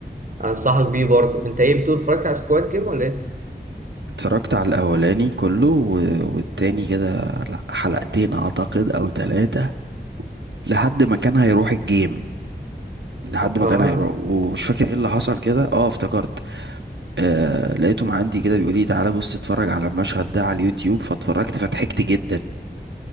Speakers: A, on the right (about 45°); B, on the right (about 80°).
A: أنصحك بيه برضه أنت إيه بتقول اتفرجت على سكواد جيم ولا إيه؟
B: اتفرجت على الاولاني كله و- والتاني كده لا، حلقتين اعتقد او ثلاثة لحد ما كان هيروح الجيم لحد ما
A: آه
B: كان هيروح ومش فاكر ايه اللي حصل كده اه افتكرت آه لقيتهم عندي كده بيقول لي تعالى بص اتفرج على المشهد ده على اليوتيوب فاتفرجت فضحكت جدا